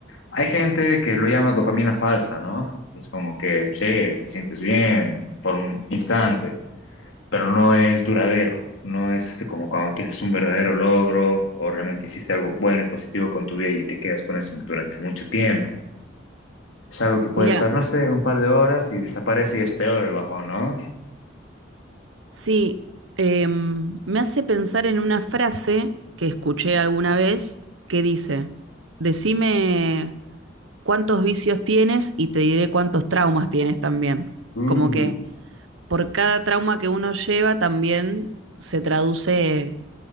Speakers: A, on the left; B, on the right.
A: hay gente que lo llama dopamina falsa, ¿no? Es como que, che, te sientes bien por un instante. pero no es duradero. No es este, como cuando tienes un verdadero logro o realmente hiciste algo bueno y positivo con tu vida y te quedas con eso durante mucho tiempo. Es algo que puede
B: Mira,
A: estar, no sé, un par de horas y desaparece y es peor el bajón, ¿no?
B: Sí, em, me hace pensar en una frase que escuché alguna vez que dice, decime cuántos vicios tienes y te diré cuántos traumas tienes también.
A: Mm,
B: Como que por cada trauma que uno lleva también se traduce